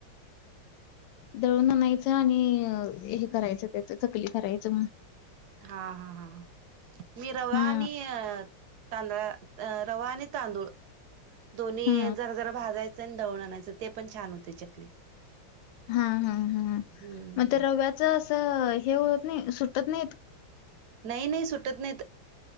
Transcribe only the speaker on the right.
हा हा हा, मी रवा
आणि अ तांदळा, रवा आणि तांदूळ, दोन्ही
जरा जरा भाजायच आणि दळुन आनायच ते पण छान होते चकली.
हम्म
नाही नाही सुटत नाहीत,